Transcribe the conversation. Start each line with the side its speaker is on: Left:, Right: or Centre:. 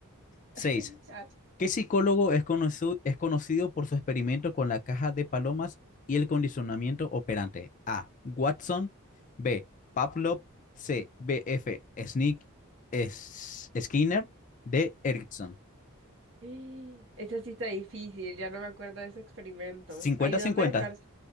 Left: Seis.
Right: <laughs>
Left: ¿Qué psicólogo es conocido, es conocido por su experimento con la caja de palomas y el condicionamiento operante? A. Watson. B. Pavlov. C. B.F. Sneak, es- Skinner. D. Erickson.
Right: <gasps> Esa sí está difícil, ya no me acuerdo de ese experimento.
Left: Cincuenta-cincuenta.
Right: Ayúdame de cárcel.